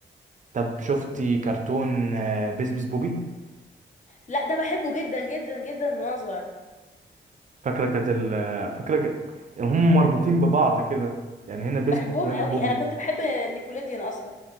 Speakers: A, on the right (about 40°); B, on the left (about 40°).
A: طب شفتي كرتون آه، بيس بيس بوبي
B: لا ده بحبه جدا جدا جدا من وانا صغيرة
A: فاكره كانت ال... آه، فاكره كانت- هم مربوطين ببعض كده يعني هنا بيس
B: بحبهم
A: بيس وهنا
B: قوي
A: بوبي
B: انا كنت بحب نيكوليديان اصلا